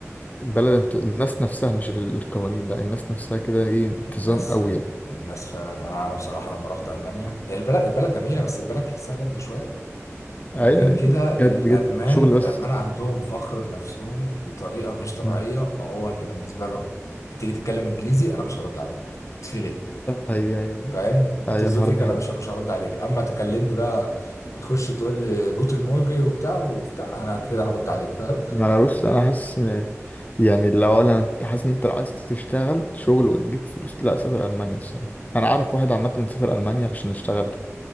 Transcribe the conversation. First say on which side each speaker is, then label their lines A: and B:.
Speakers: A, on the left; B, on the left.
A: بلد انت... الناس نفسها مش ال- القوانين لا الناس نفسها كده إيه انتظام
B: الناس
A: أوي يعني
B: الناس فعلا انا انا بصراحه لما رحت المانيا هي البلد البلد جميله بس البلد تحسها جد شويه
A: أي
B: وغير كده
A: أي بجد
B: الألمان
A: بجد شغل
B: الألمان
A: بس
B: عندهم فخر بنفسهم بطريقة مش طبيعية
A: مم.
B: فهو أنت بالنسبة لهم هتيجي تتكلم إنجليزي أنا مش هرد عليك تفلق
A: أي أي
B: فاهم
A: أي
B: طز
A: الحوار
B: فيك
A: ده
B: أنا
A: حقيقي.
B: مش مش هرد عليك أما تكلمني بقى وتخش تقول لي جوتن مورجن وبتاع وبتاع أنا كده هرد عليك فاهم
A: ما انا بص انا حاسس ان يعني لو انا انت حاسس ان انت لو عايز تشتغل شغل وتجيب فلوس لا سافر المانيا الصراحه انا عارف واحد عامه سافر المانيا عشان يشتغل